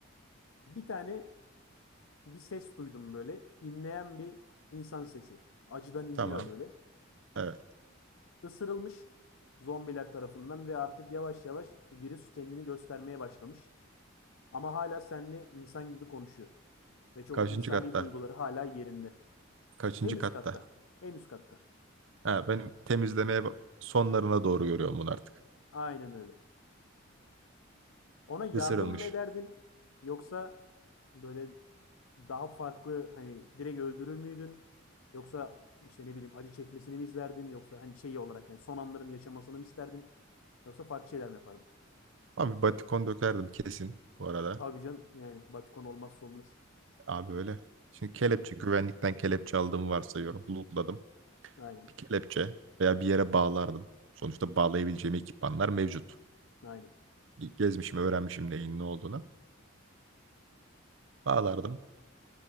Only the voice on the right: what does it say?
Tamam.
Evet.
Kaçıncı
katta?
Kaçıncı
katta?
Ha, benim temizlemeye ba- sonlarına doğru görüyorum bunu artık.
Isırılmış.
Abi batikon dökerdim kesin bu arada.
Abi öyle. Şimdi kelepçe
güvenlikten kelepçe aldığımı varsayıyorum. Lootladım.
bir kelepçe veya bir yere bağlardım. Sonuçta bağlayabileceğim ekipmanlar mevcut.
Ge- Gezmişim, öğrenmişim neyin ne olduğunu. Bağlardım.